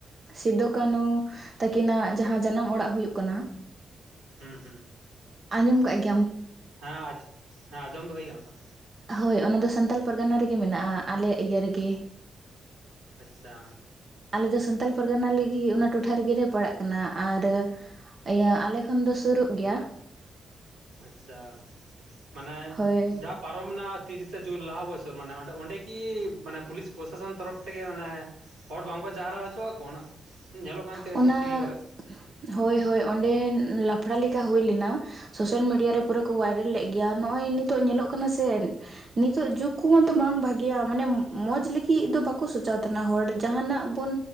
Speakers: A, on the right; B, on the right.
A: ᱥᱤᱫᱩ ᱠᱟᱹᱱᱩ ᱛᱟᱹᱠᱤᱱᱟᱜ ᱡᱟᱦᱟᱸ ᱡᱟᱱᱟᱢ ᱚᱲᱟᱜ ᱦᱩᱭᱩᱜ ᱠᱟᱱᱟ,
B: ᱦᱩᱸ ᱦᱩᱸ᱾
A: ᱟᱸᱡᱚᱢ ᱠᱟᱜ ᱜᱮ᱾
B: ᱦᱮᱸ ᱟᱸᱡ ᱦᱮᱸ ᱟᱸᱡᱚᱢ ᱫᱚ ᱦᱳᱭ ᱠᱟᱱᱟ ᱛᱚ᱾
A: ᱦᱳᱭ ᱚᱱᱟ ᱫᱚ ᱥᱟᱱᱛᱟᱞ ᱯᱟᱨᱜᱟᱱᱟ ᱨᱮᱜᱮ ᱢᱮᱱᱟᱜᱼᱟ, ᱟᱞᱮ ᱤᱭᱟᱹ ᱨᱮᱜᱮ᱾
B: ᱟᱪᱪᱷᱟ᱾
A: ᱟᱞᱮ ᱫᱚ ᱥᱟᱱᱛᱟᱲ ᱯᱟᱨᱜᱟᱱᱟ ᱞᱟᱹᱜᱤᱫ ᱚᱱᱟ ᱴᱚᱴᱷᱟ ᱨᱮᱜᱮᱞᱮ ᱯᱟᱲᱟᱜ ᱠᱟᱱᱟ ᱟᱨ ᱤᱭᱟᱹ ᱟᱞᱮ ᱠᱷᱚᱱ ᱫᱚ ᱥᱩᱨᱩᱜ ᱜᱮᱭᱟ᱾
B: ᱟᱪᱪᱷᱟ, ᱢᱟᱱᱮ
A: ᱦᱳᱭ
B: ᱡᱟᱯ ᱯᱟᱨᱚᱢᱮᱱᱟ ᱛᱤᱨᱤᱥᱟ ᱡᱩᱱ ᱞᱟᱦᱟ ᱵᱚᱪᱷᱚᱨ ᱢᱟᱱᱮ ᱚᱸᱰᱮ ᱚᱸᱰᱮ ᱠᱤ ᱢᱟᱱᱮ ᱯᱩᱞᱤᱥ ᱯᱨᱚᱥᱟᱥᱚᱱ ᱛᱚᱨᱚᱯᱷ ᱛᱷᱮᱠᱮ ᱚᱱᱮ ᱦᱚᱲ ᱵᱟᱝ ᱠᱚ ᱡᱟᱣᱨᱟ ᱦᱚᱪᱚ ᱟᱠᱚ ᱚᱱᱟ ᱧᱮᱞᱚᱜ ᱠᱟᱱ ᱛᱟᱦᱮᱸ
A: ᱚᱱᱟ
B: ᱴᱤᱵᱷᱤ ᱠᱚᱨᱮ
A: ᱦᱳᱭ ᱦᱳᱭ ᱚᱸᱰᱮ ᱞᱟᱯᱷᱲᱟ ᱞᱮᱠᱟ ᱦᱩᱭ ᱞᱮᱱᱟ᱾ ᱥᱳᱥᱟᱞ ᱢᱤᱰᱤᱭᱟ ᱨᱮ ᱯᱩᱨᱟᱹ ᱠᱚ ᱵᱷᱟᱭᱨᱟᱞ ᱞᱮᱫ ᱜᱮᱭᱟ ᱱᱚᱜᱼᱚᱭ ᱱᱤᱛᱚᱜ ᱧᱮᱞᱚᱜ ᱠᱟᱱᱟ ᱥᱮ ᱱᱤᱛᱚᱜ ᱡᱩᱜᱽ ᱠᱚᱦᱚᱸ ᱛᱚ ᱵᱟᱝ ᱵᱷᱟᱜᱤᱭᱟ ᱢᱟᱱᱮ ᱢᱚᱡᱽ ᱞᱟᱹᱜᱤᱫ ᱫᱚ ᱵᱟᱠᱚ ᱥᱟᱪᱟᱣ ᱛᱟᱦᱮᱱᱟ ᱦᱚᱲ ᱡᱟᱦᱟᱱᱟᱜ ᱵᱚᱱ